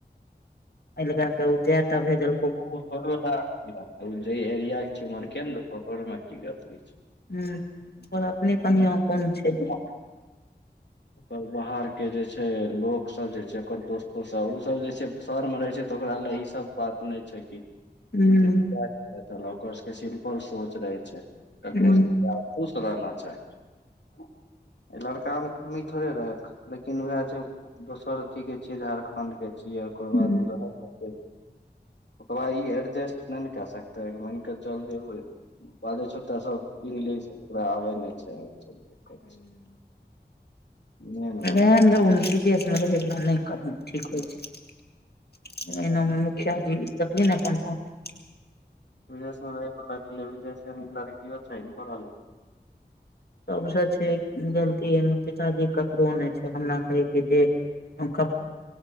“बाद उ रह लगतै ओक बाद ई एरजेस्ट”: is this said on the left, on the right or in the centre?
Left